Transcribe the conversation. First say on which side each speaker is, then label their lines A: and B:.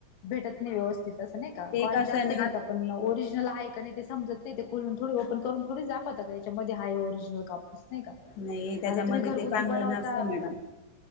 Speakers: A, on the left; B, on the left.
A: भेटत नाही व्यवस्थित. नाही का
B: ते
A: कॉस्ट
B: कसं
A: जास्त
B: आहे
A: घेता
B: ना
A: आपण ओरिजनल हाय कणी ते समजत नाही ते खुलून थोडी ओपन करून थोडी दाखवता का याच्यामध्ये आहे ओरीज्नल कापूस नाही कां
B: नाही त्याच्यामध्ये
A: आता तुम्ही घरग
B: ते चांगलं
A: बनवता
B: नसतं मॅडम